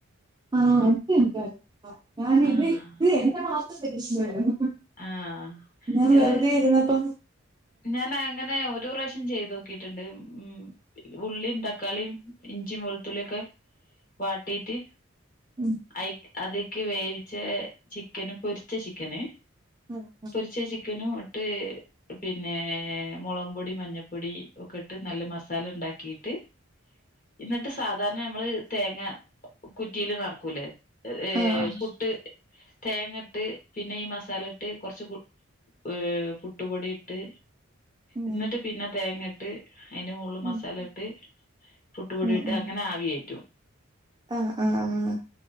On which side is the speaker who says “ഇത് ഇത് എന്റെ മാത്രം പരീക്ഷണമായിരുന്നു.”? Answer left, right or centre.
Right